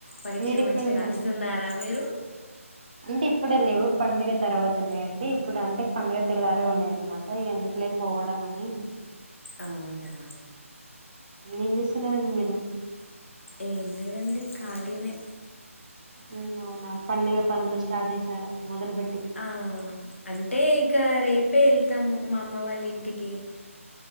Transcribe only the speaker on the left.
పరీక్షలు
మంచిగా
రాస్తున్నారా మీరు
అవునా
ఏం లేదండి ఖాళీనే
ఆ అంటే ఇక రేపే వెళ్తాము మా అమ్మ వాళ్ళ ఇంటికి